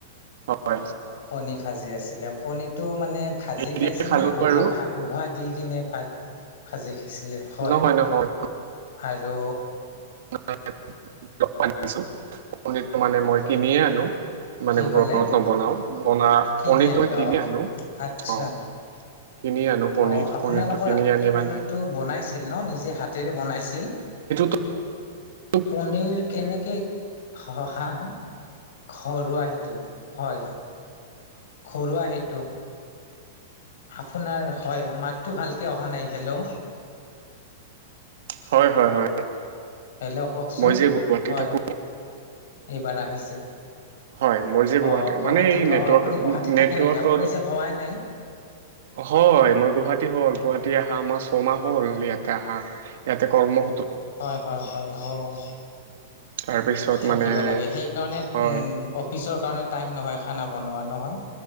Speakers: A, on the right (about 60°); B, on the left (about 65°).
A: হয়।
B: কণীভাজি আছিলে। কণীটো মানে ভাজি
A: এইয়ে
B: খাইছিল
A: খালো
B: নে? উহা
A: আৰু
B: উহা দি কিনে ভাজি দিছিলে হয়
A: নহয় নহয়
B: আৰু
A: গৰম পানী আনিছোঁ, গৰম পানীতো মানে মই কিনিয়ে আনো। মানে
B: কি ক'লে
A: ঘৰত নবনাও বনা
B: কিনি
A: পণীৰটো
B: আনি
A: মই কিনি
B: অ
A: আনো অ'।
B: আচ্ছা
A: কিনি আনো পনীৰ
B: অ' আপোনালোকৰ
A: পনীৰটো কিনি
B: আগতে
A: আনি
B: পণীৰটো
A: মানে
B: বনাইছিল ন নিজে হাতেৰে বনাইছিল?
A: <inaudible>
B: পনীৰ কেনেকে হ হা হা ঘৰুৱা হেইটো? হয়। ঘৰুৱা হেইটো। আপোনাৰ হয় মাতটো ভালকে অহা নাই হেল্ল'
A: হয়, হয়, হয়।
B: হেল্ল' কওঁকচোন
A: মই যে গুৱাহাটী
B: হয়।
A: থাকো
B: এইবাৰ আহিছে।
A: হয় মই যে গুৱাহাটী
B: অ' গুৱাহাটীত
A: মানে এই নেটৱৰ্ক
B: অ' আপুনি গুৱাহাটীত
A: নেটৱৰ্কৰ
B: থাকে নেকি? আপুনি যে কোৱাই নাই।
A: হয়, মই গুৱাহাটী হ'ল গুৱাহাটী অহা আমাৰ ছমাহ হ'ল ইয়াত ইয়াতে আহা ইয়াতে কৰ্ম
B: হয়, হয়, হয়, অ'।
A: তাৰপিছত
B: থাকিব
A: মানে
B: লাগে। সেইকাৰণে
A: হয়
B: উম, অফিচৰ কাৰণে টাইম নহয় খানা বনোৱা নহয়?